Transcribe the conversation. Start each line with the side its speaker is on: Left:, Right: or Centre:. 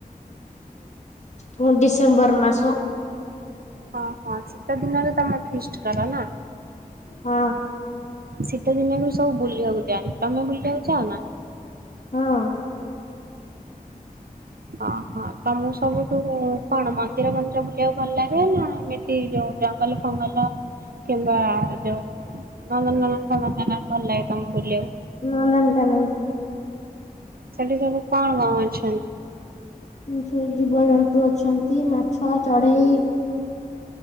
Left: ଉଁ ଡିସେମ୍ବର ମାସ।
Right: ଓ ହୋ ଶୀତ ଦିନରେ ତମେ ଫିଷ୍ଟ କର ନା?
Left: ହଁ
Right: ଶୀତ ଦିନରେ ସବୁ ବୁଲିବାକୁ ଯାଆ ତମେ ବୁଲିବାକୁ ଯାଉନା?
Left: ହଁ।
Right: ଅ ହୋ ତମକୁ ସବୁଠୁ କଣ ମନ୍ଦିର ମନ୍ଦିର ବୁଲିବାକୁ ଭଲ ଲାଗେ? <unintelligible> ନା ଏମିତି ଜ ଜଙ୍ଗଲ ଫଙ୍ଗଲ କିମ୍ବା ଯୋଉ ନନ୍ଦନକାନନ ଫନ୍ଦନକାନନ ଭଲ ଲାଗେ ତମକୁ ବୁଲିବାକୁ।
Left: ନନ୍ଦନକାନନ
Right: ସେଠି ସବୁ କଣ କଣ ଅଛନ୍ତି?
Left: ସେଇ ଜୀବଜନ୍ତୁ ଅଛନ୍ତି ମାଛ ଚଢ଼େଇ।